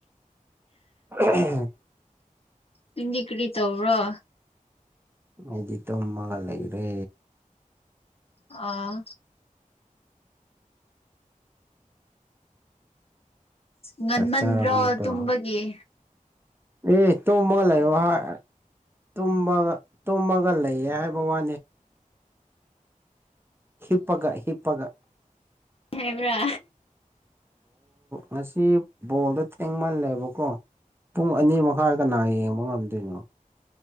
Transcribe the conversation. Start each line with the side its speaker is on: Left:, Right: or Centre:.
Right: <unintelligible> <inaudible>
Left: ꯍꯗꯤ ꯀꯔꯤ ꯇꯕ꯭ꯔꯥ
Right: ꯑꯩꯗꯤ ꯇꯨꯝꯃꯒ ꯂꯩꯔꯦ
Left: ꯑꯥ ꯉꯟꯃꯟ꯭ꯔꯣ
Right: ꯆꯥꯛ ꯆꯥꯔꯕ ꯅꯠꯇ꯭ꯔꯣ
Left: ꯇꯨꯝꯃꯒꯤꯦ
Right: ꯑꯦ ꯇꯨꯝꯃꯒ ꯂꯩꯥꯛ ꯇꯨꯝꯕꯒ ꯇꯨꯝꯃꯒ ꯂꯩꯌꯦ ꯍꯥꯏꯕ ꯋꯥꯅꯤ ꯍꯤꯞꯄꯒ ꯍꯤꯞꯄꯒ
Left: ꯍꯦꯕ꯭ꯔꯥ
Right: ꯃꯁꯤꯁꯤ ꯕꯣꯜꯗ ꯏꯪꯃꯜꯂꯦꯕꯀꯣ ꯄꯨꯡ ꯑꯅꯤ ꯃꯈꯥꯏ ꯀꯅꯥ ꯌꯦꯡꯕ ꯉꯝꯗꯣꯏꯅꯣ